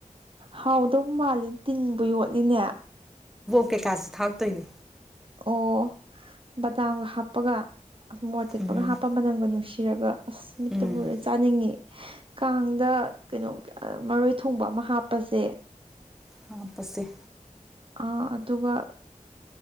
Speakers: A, on the right; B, in the centre.
A: ꯍꯥꯎꯗꯧ ꯃꯥꯜꯂꯤ ꯇꯤꯟꯕꯨ ꯌꯣꯠꯂꯤꯅꯦ
B: ꯀꯩꯀꯥꯥꯁꯨ ꯊꯥꯛꯇꯣꯏꯅꯦ
A: ꯑꯣ ꯕꯗꯥꯝꯒ ꯍꯥꯞꯄꯒ ꯃꯣꯔꯣꯛ ꯑꯇꯦꯛꯄꯒ
B: ꯎꯝ
A: ꯍꯥꯞꯄ ꯃꯅꯝꯒ ꯅꯨꯡꯁꯤ ꯁꯤꯔꯒ ꯑꯁ ꯃꯤꯠꯇꯕꯨ
B: ꯎꯝ
A: ꯎꯔꯦ ꯆꯥꯅꯤꯡꯉꯤ ꯀꯥꯡꯗ ꯀꯩꯅꯣ ꯃꯔꯣꯏ ꯊꯣꯡꯕ ꯑꯃ ꯍꯥꯞꯄꯁꯦ
B: ꯍꯥꯞꯄꯁꯦ
A: ꯑꯥ ꯑꯗꯨꯒ